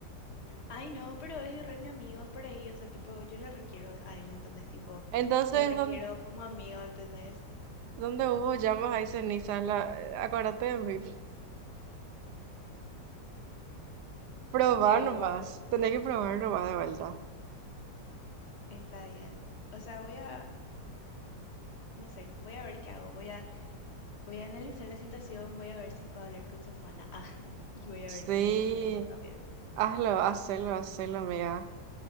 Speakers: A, on the left; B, on the right.
A: Ay, no, pero es re mi amigo por ahí, o sea, tipo, yo le requiero a él, ¿entendés? Tipo,
B: Entonces,
A: le requiero
B: ¿dónde,
A: como amigo, ¿entendés?
B: dónde hubo llamas hay cenizas? La, acuérdate de mí. Probar
A: Qué boba.
B: nomás, tenés que probar nomás de vuelta.
A: Está bien. O sea, voy a, no sé, voy a ver qué hago. Voy a, voy a analizar la situación, voy a ver si puedo hablar con su hermana. <laughs> Ah, y voy a
B: Sí,
A: ver qué me dice ella también.
B: hazlo, hazlo, hazlo, amiga.